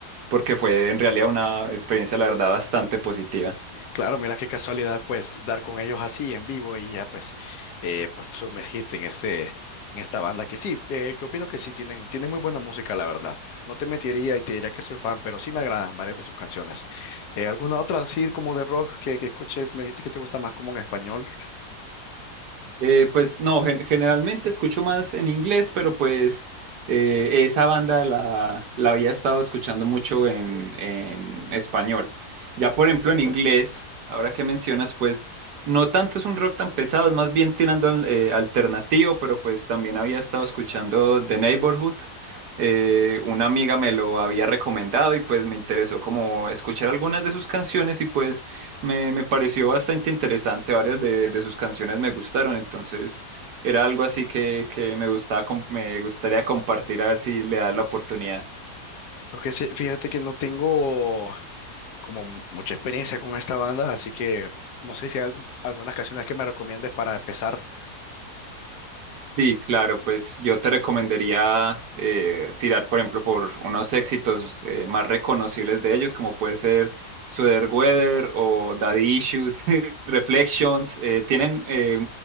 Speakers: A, on the right (about 80°); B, on the left (about 80°).
A: porque fue en realidad una experiencia, la verdad, bastante positiva.
B: Claro, mira qué casualidad, pues, dar con ellos así en vivo y ya, pues, eh, pues sumergirte en este, en esta banda que sí, eh, yo opino que sí tienen, tienen muy buena música, la verdad. No te mentiría y te diría que soy fan, pero sí me agradan varias de sus canciones. Eh, ¿alguna otra así como de rock que, que escuches? Me dijiste que te gusta más como en español.
A: Eh, pues no, gen- generalmente escucho más en inglés, pero pues eh, esa banda la, la había estado escuchando mucho en, en español. Ya por ejemplo en inglés, ahora que mencionas, pues no tanto es un rock tan pesado, es más bien tirando al- eh, alternativo, pero pues también había estado escuchando The Neighborhood. Eh, una amiga me lo había recomendado y pues me interesó como escuchar algunas de sus canciones y pues... Me, me pareció bastante interesante, varias de, de sus canciones me gustaron, entonces era algo así que, que me gustaba, com- me gustaría compartir a ver si le das la oportunidad.
B: Porque sí, fíjate que no tengo como mu- mucha experiencia con esta banda, así que no sé si hay algún- algunas canciones que me recomiendes para empezar.
A: Sí, claro, pues yo te recomendaría eh, tirar, por ejemplo, por unos éxitos eh, más reconocibles de ellos, como puede ser Sweater Weather o Daddy Issues, <laughs> Reflections, eh, tienen eh,